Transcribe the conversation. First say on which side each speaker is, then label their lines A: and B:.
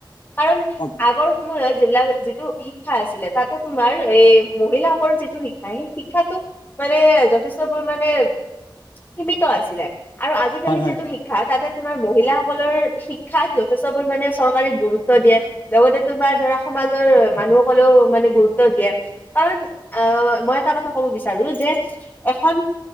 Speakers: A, on the left; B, on the left.
A: কাৰণ
B: উম,
A: আগৰ সময়ত যিবিলাক। যিটো শিক্ষা আছিলে তাতে তোমাৰ এই মহিলাসকল যিটো শিক্ষা সেই শিক্ষাটো মানে। এ, যথেষ্ট পৰিমাণে সীমিত আছিলে আৰু আজিকালি
B: হয় হয়
A: যিটো শিক্ষা তাতে তোমাৰ মহিলাাসকলৰ শিক্ষাত যথেষ্ট পৰিমণে চৰকাৰে গুৰুত্ব দিয়ে লগতে তোমাৰ ধৰা সমাজৰ মানুহসকলেও মানে গুৰুত্ব দিয়ে কাৰণ আ, মই এটা কথা ক'ব বিচাৰো যে এখন